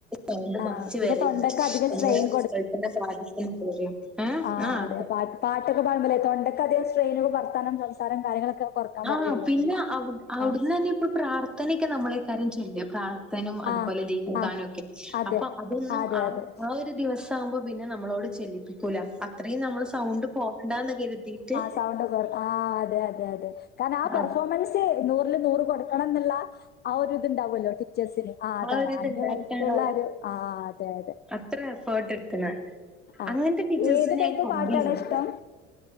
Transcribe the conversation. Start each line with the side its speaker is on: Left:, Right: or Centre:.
Centre: കണ്ട്
Left: ആഹ്
Centre: മാറ്റി
Left: പിന്നെ
Centre: വരരുത്
Left: തൊണ്ടക്ക് അധികം
Centre: നമ്മെ
Left: സ്ട്രെയിൻ
Centre: 'റിസൾട്ടിന്റെ ബാധിക്കും എന്ന് പറയും ഏഹ്
Left: ആ
Centre: ആഹ്
Left: അതെ പാട്ടൊക്കെ പാടുമ്പോ ല്ലേ തൊണ്ടക്ക് അധികം സ്ട്രെയിന് വർത്തനം സംസാരം കാര്യങ്ങളൊക്കെ, കൊറക്കാൻ
Centre: ആ
Left: പറയുവല്ലോ
Centre: പിന്നെ
Left: അവര്
Centre: അവ് അവിടുന്നന്നെ
Left: ആഹ്
Centre: ഇപ്പൊ പ്രാർത്ഥനൊക്കെ നമ്മളെ കാര്യം ചെയ്യ പ്ര ക്കാനും അതുപോലെ
Left: ആഹ്
Centre: ലീവ്ട്ക്കാനൊക്കെ
Left: ആഹ് അതെ
Centre: അപ്പൊ അതൊന്നും
Left: അതെ
Centre: ആ
Left: അതെ
Centre: ആ ഒര് ഒരു ദിവസാവുമ്പോ പിന്നെ നമ്മളോട് ചെല്ലിപ്പിക്കൂല അത്രയും നമ്മള് സൗണ്ട് പോകണ്ടാന്ന് കെര്തിട്ട്
Left: <unintelligible> ആ അതെ അതെ അതെ കാരണം ആ പെർഫോമൻസ്
Centre: ആഹ്
Left: റ്റ് നൂറില് നൂറ് കൊടുക്കണംന്ന്ള്ള ആ ഒരു ഇതുണ്ടാവല്ലോ ടീച്ചേഴ്സിന് ആ അതാണ്
Centre: ഒരു ഇത്ണ്ടായിട്ടാണ്
Left: അയ്ന് വേണ്ടിട്ടുള്ളൊരു ആ അതെ അതെ
Centre: ത്ര എഫേട്ട് ഇട്ത്ത്ണ്
Left: ആ
Centre: അങ്ങൻത്തെ ടീച്ചേഴ്സ്നെ
Left: ഏത്
Centre: ഞാൻ
Left: ടൈപ്പ്
Centre: കണ്ടില്ലട്ടൊ
Left: പാട്ടാടാ ഇഷ്ടം